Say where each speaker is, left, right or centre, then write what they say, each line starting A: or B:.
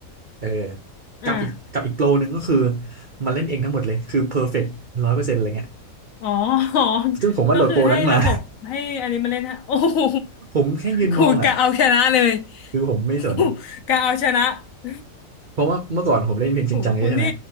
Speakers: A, on the right; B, on the left.
A: เออกับอีกกับอีกโปรหนึ่งก็คือ
B: อ่า
A: มันเล่นเองทั้งหมดเลย คือเพอร์เฟกต์ร้อยเปอร์เซ็นต์อะไรเงี้ย
B: อ๋อ <laughs> อ๋อ
A: ซึ่งผมว่าโหลดโปรนั้นมา
B: ก็คือให้ระบบให้อันนี้มาเล่นฮะ <laughs> โอ้โห
A: <laughs> ผมแค่ยืนมองอ่ะ
B: ครูกะเอาชนะเลย
A: คือผมไม่สนอ่ะ
B: <laughs> กะเอาชนะ <laughs>
A: เพราะว่าเมื่อก่อนผมเล่นเพลงชินจังเยอะใช่ไหม
B: โอ้โหคุณนี่